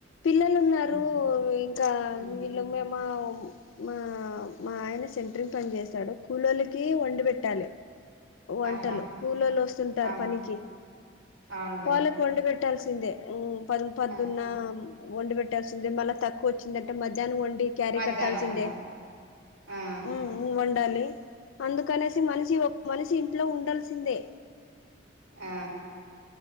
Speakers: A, on the left; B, on the right.
A: పిల్లలు ఉన్నారు
B: ఉహు
A: ఇంకా
B: ఉమ్
A: వీళ్ళు మేమ మా మా ఆయన సెంటరింగ్ పని చేస్తాడు కూలొల్లకి వండి పెట్టాలి వంటలు
B: ఆహా
A: కూలోలు వస్తుంటారు
B: అవును
A: పనికి
B: అవునులే
A: వాళ్ళకి వండ పెట్టాల్సి తిందే ప పద్దున్న
B: ఆ
A: వండి పెట్టాల్సిందే మళ్ళా తక్కువ వచ్చిందంటే మధ్యాహ్నం వండి. క్యారీ
B: మధ్యాహ్నం
A: కట్టాల్సిందే
B: ఉండాల ఆ
A: ఉ ఉ వండాలి అందుకనేసి మనిషి ఒక మనిషి ఇంట్లో ఉండాల్సిందే.
B: ఆ